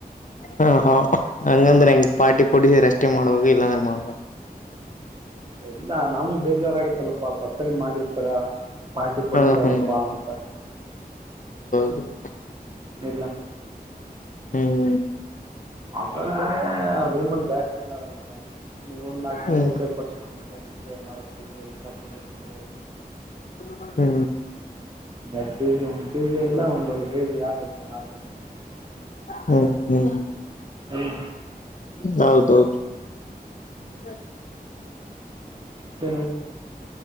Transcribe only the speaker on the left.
ಹ ಹಾ ಹಂಗಂದ್ರೆ ಹೆಂಗ ಪಾರ್ಟಿ ಕೊಡಿಸಿ ರಷ್ಟೇ ಮಾಡ್ಬೇಕ ಇಲ್ಲಾಂದ್ರೆ ಮಾಡಲ್ಲ
ಹ ಹ್ಮ್
ಹ
ಹ್ಮ್
ಹ್ಮ್
ಮಾಡ್ <unintelligible>
ಹ್ಮ್ ಹ್ಮ್
ಹೌದ ಹೌದು ಬರ